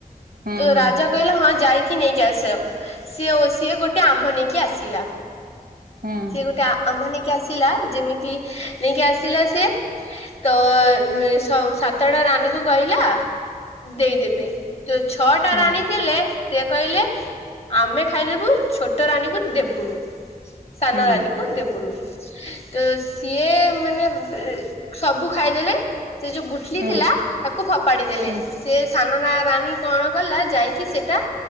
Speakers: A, on the right; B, on the left.
A: ହୁଁ
B: ତ
A: ହୁଁ
B: ରାଜା କହିଲା ହଁ ଯାଇକି ନେଇକି ଆସ ସିଏ ଓ ସିଏ ଗୋଟେ ଆମ୍ଭ ନେଇକି ଆସିଲା।
A: ହୁଁ
B: ସିଏ ଗୋଟେ ଆ ଆମ୍ଭ ନେଇକି ଆସିଲା ଯେମିତି ନେଇକି ଆସିଲା ସିଏ ତ ଉମ୍ ସ ସାତଟା ରଣୀକୁ କହିଲା ଦେଇଦେବେ ଯୋଉ ଛଅଟା
A: ହୁଁ
B: ରାଣୀ ଥିଲେ ସିଏ କହିଲେ ଆମେ ଖାଇଦେବୁ ଛୋଟ ରାଣୀକୁ ଦେବୁନୁ ସାନ
A: ହୁଁ
B: ରାଣୀକୁ ଦେବୁନୁ ତ ସିଏ ମାନେ ସବୁ ଖାଇଦେଲେ ସେ ଯୋଉ ଗୁଠୁଲି
A: ହୁଁ
B: ଥିଲା ତାକୁ ଫପାଡି ଦେଲେ
A: ହୁଁ
B: ସେ ସାନ ନା ରାଣୀ କଣ କଲା ଯାଇକି ସେଟା